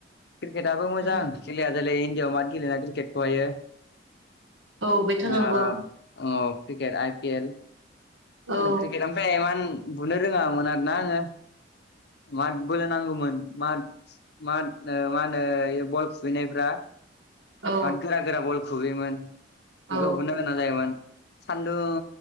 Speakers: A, on the left; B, on the right.
A: क्रिकेटआबो मोजां
B: उम
A: खेलाया जोलै इण्डियाव मा गेलेला क्रिकेटखौहायो
B: औ बेथ'
A: ओ
B: नंगौ
A: औ क्रिकेट आइ पि एल
B: औ
A: <unintelligible> बुनो रोङामोन आरो ना आङो माथ बोलो नांगोमोन माथ माथ ओ मा होनो ए बे बल खुबैनायफ्रा
B: औ
A: माथ गोरा गोरा बल खुबैयोमोन बेखौ
B: औ
A: बुनो गोनां जायोमोन सान्दुं